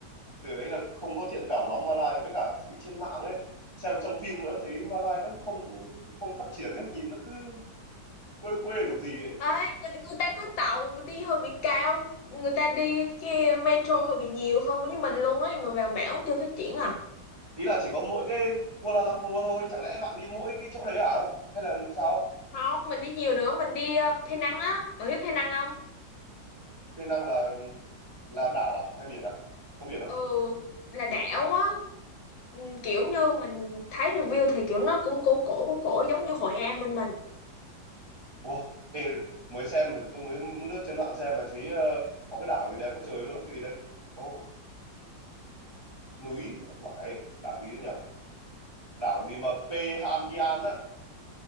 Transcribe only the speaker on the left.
Ê, người, người ta có tàu đi hơi bị cao người ta đi cái metro hơi bị nhiều hơn với mình luôn ấy mà Vàng Bẻo chưa phát triển à
không mình đi nhiều nữa mình đi uh, Penang á bạn biết Penang không
ừ là đảo á Ừ, kiểu như mình thấy review thì kiểu nó cũng cổ cổ cổ cổ giống như Hội An bên mình